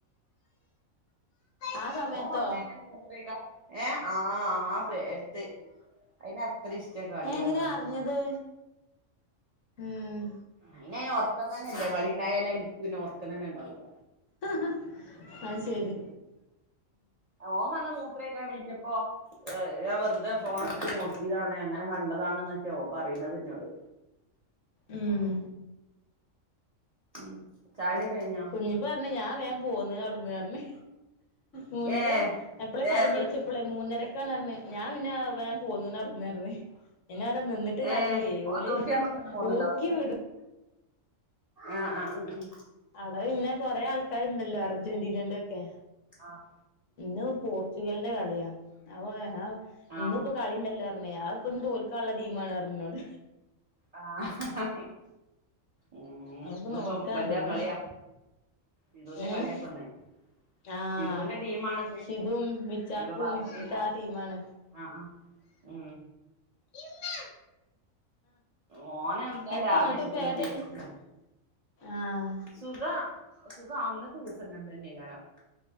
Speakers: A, on the left; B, on the right.
A: ആ സമയത്തോ
B: ഓൻ വന്ന് കഴിഞ്ഞ മത്രഴിക്കാൻ ഏഹ് ആഹ് ആഹ് ഫേരത്ത് അയിന് അത്ര ഇഷ്ട കളിയാണ്
A: ഏ എങ്ങനെയാ
B: പറഞ്ഞാല്
A: അറിഞ്ഞത് ഉം
B: അയിന് അതിന് ഉറക്കം തന്ന ഇല്ല കളിണ്ടായാലും എനിക്ക് പിന്നെ ഉറക്കം തന്നെ ഉണ്ടാവൂല്ല
A: ആഹ് അയ്‌ശരി
B: ഓൻ വന്ന് മൂത്രം ഒഴിക്കാൻ എന്നിറ്റപ്പോ ഏഹ് ഞാൻ വെറുതെ ഫോൺ എടുത്ത് നോക്കിയതാണ് അങ്ങനെ കണ്ടതാണ് എന്നൊക്കെയാ ഓൻ പറയണത് എന്നോട്
A: ഉം
B: ഉ ചായട കഴഞ്ഞോ
A: ഇനിയിപ്പ പറഞ്ഞ ഞാ വേൻ പോന്ന് അവിടന്ന് പറഞ്ഞ് മൂന്നേര
B: ഏഹ്
A: എപ്പളെ കഴിഞ്ഞ്
B: ഏഹ്
A: വെച്ച അപ്പളെ മൂന്നേരക്കന്ന്റഞ്ഞ് ഞാൻ പിന്നെ വേഗം പോന്ന്ണ് അവട്ന്ന്റഞ്ഞ് പിന്നെ അവിടെ നിന്നിട്ട് കരില്ല്യ
B: ഏഹ് ഓൻ
A: ഓല്
B: തോട്ടി പറഞ്ഞ പോന്നുണ്ടാവുല്ലേ
A: ഊക്കി വിടും
B: ആഹ് ആഹ് ഉം ഉം
A: അവിടെ പിന്നെ കൊറെ ആൾക്കാരുണ്ടല്ലോ അർജന്റീനന്റെക്കെ
B: ആഹ്
A: ഇന്ന് പോർച്ചുഗലിന്റെ കളിയാ അപ്പൊ ആഹ്
B: ആഹ് ആഹ്
A: ഇന്ന്പ്പോ കളി ഉണ്ടല്ലോ പാ പിന്നെ ആഹ് ഇപ്പൊ തോൽക്കാനുള്ള ടീമാണ് പറഞ്ഞ് ഇന്നോട്
B: ആഹ് ഉം
A: നമുക്ക്
B: ഇന്ന്പ്പം
A: നോക്കാ
B: ഇവൻ്റെ
A: പറഞ്ഞ്
B: കളിയാ ഇംഗ്ലണ്ടിൻ്റെ
A: ഏഹ്
B: കളിയാപ്പംന്ന്
A: ആഹ്
B: സിതുവിന്റെ ടീം ആണന്ന്
A: ഷിദും ബിച്ചാപ്പും
B: ഇപ്പ പറയെണ്ടി വരില്ല
A: ഒക്കെ ആ ടീമാണ്
B: ആഹ് ആഹ് ഉം
A: ഇമ്മ
B: ഓനെന്താലും
A: എത്ത
B: ആവേശത്തില
A: ന്നട്ട് ഇപ്പ ഏതല്ലേ
B: ജയിക്കൂന്ന്
A: ആഹ്
B: സുഖ സുഖ അന്നത്തെ ദിവസം അങ്ങനെതന്നെക്കാരം